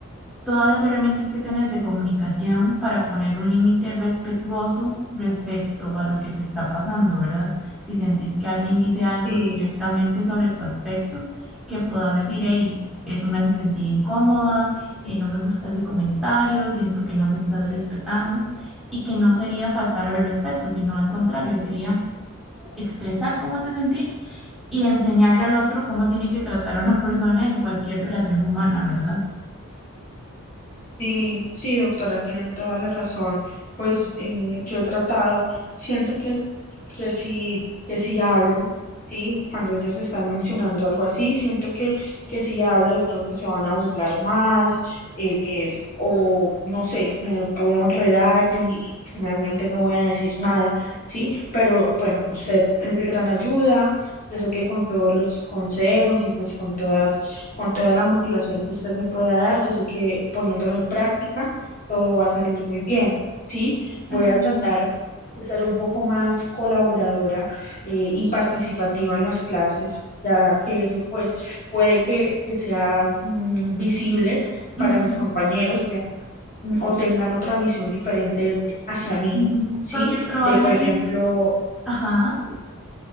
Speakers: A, in the centre; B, on the left.
A: todas las herramientas que tenés de comunicación para poner un límite respetuoso respecto a lo que te está pasando, ¿verdad? Si sentís que alguien dice algo
B: Sí,
A: directamente sobre tu aspecto, que puedas decir, hey, eso me hace sentir incómoda, eh, no me gusta ese comentario, siento que no me estás respetando, y que no sería faltar al respeto, sino al contrario, sería expresar cómo te sentís y enseñarle al otro cómo tiene que tratar a una persona en cualquier relación humana, ¿verdad?
B: Sí, sí, doctora, tiene toda la razón. Pues eh, yo he tratado, siento que, que sí, que sí hablo, sí, cuando ellos están mencionando algo así, siento que, que si hablo de pronto se van a burlar más, eh, o no sé, me puedo enredar y, y finalmente no voy a decir nada, sí, pero bueno, usted es de gran ayuda. Yo sé que con todos los consejos y pues con todas con toda la motivación que usted me pueda dar. Yo sé que poniéndolo en práctica todo va a salir muy bien, ¿sí?
A: Así
B: Voy a tratar
A: es.
B: de ser un poco más colaboradora eh, y participativa en las clases, ya que eso pues puede que, que sea mm, visible
A: Ujú,
B: para mis compañeros, vean, mm, o tengan otra visión diferente de- hacia mí,
A: ujú.
B: ¿sí?
A: Porque probablemente,
B: De, por ejemplo,
A: ajá.